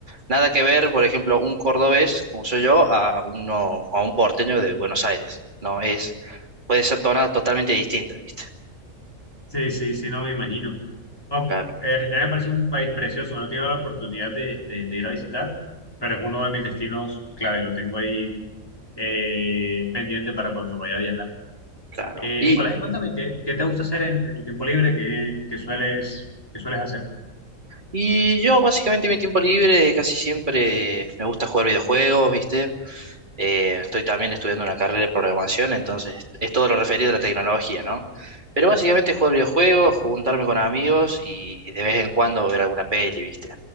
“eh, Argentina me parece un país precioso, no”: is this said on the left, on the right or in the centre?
Left